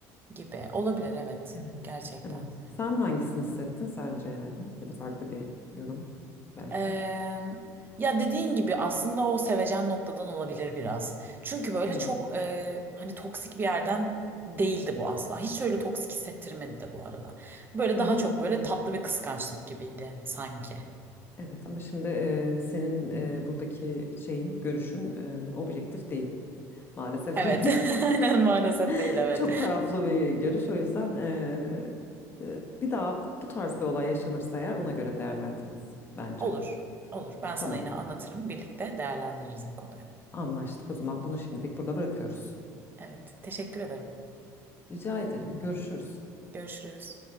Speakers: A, on the right; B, on the left.
A: Gibi olabilir evet
B: Evet.
A: gerçekten.
B: Evet. Sen hangisini hissettin sence yani? Ya da farklı bir yorum belki.
A: Eee, ya dediğin gibi aslında o sevecen noktadan olabilir biraz. Çünkü böyle
B: Hı.
A: çok eee, hani toksik bir yerden değildi bu asla. Hiç öyle toksik hissettirmedi de bu arada. Böyle
B: Hı
A: daha
B: hı.
A: çok böyle
B: Evet.
A: tatlı bir kıskançlık gibiydi sanki.
B: Evet ama şimdi eee, senin eee, buradaki şeyin görüşün eee, objektif değil maalesef
A: Evet,
B: ki
A: <laughs> aynen maalesef değil
B: <laughs>
A: evet.
B: çok taraflı bir görüş o yüzden eee, eee, bir daha bu tarz bir olay yaşanırsa eğer ona göre değerlendiririz bence.
A: Olur, olur. Ben sana
B: Tamam
A: yine anlatırım. Birlikte değerlendiririz bu konuyu.
B: anlaştık o zaman bunu şimdilik burada bırakıyoruz.
A: Evet, teşekkür ederim.
B: Rica ederim görüşürüz.
A: Görüşürüz.